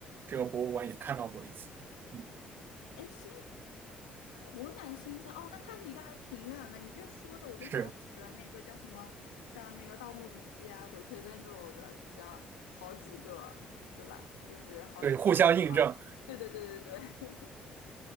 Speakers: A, on the right; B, on the left.
A: 这个博物馆也看到过一次。嗯，
B: 哎，辛湖南新疆哦，那它离得还挺远的。你这说的我都想起了那个叫什么，
A: 是，
B: 像那个《盗墓笔记》啊，《鬼吹灯》这种的，就像好几个，对吧？就是好几个，
A: 对，互相印证。
B: 对对对对对